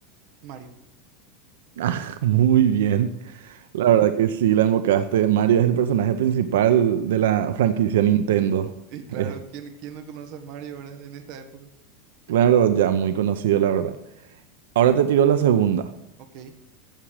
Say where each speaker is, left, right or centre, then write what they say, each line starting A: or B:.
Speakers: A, on the right; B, on the right.
A: Mario.
B: Ah, <laughs> muy bien. La verdad que sí, la invocaste. Mario es el personaje principal de la franquicia Nintendo.
A: Y claro,
B: Es
A: ¿quién, quién no conoce a Mario, verdad? En esta época.
B: claro, ya muy conocido, la verdad. Ahora te tiro la segunda.
A: Ok.